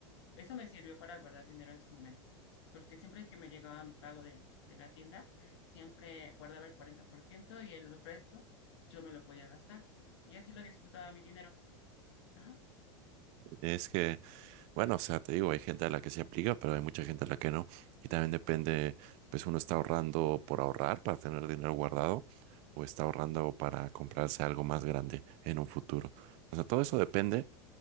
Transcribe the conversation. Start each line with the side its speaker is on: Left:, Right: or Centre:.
Left: eso me sirvió para guardar dinero en su momento. Porque siempre que me llegaba mi pago de, de la tienda, siempre guardaba el 40% y el resto yo me lo podía gastar. Y así lo disfrutaba mi dinero. Ajá.
Right: Es que, bueno, o sea, te digo, hay gente a la que se aplica, pero hay mucha gente a la que no. Y también depende, pues uno está ahorrando por ahorrar, para tener dinero guardado, o está ahorrando para comprarse algo más grande en un futuro. O sea, todo eso depende.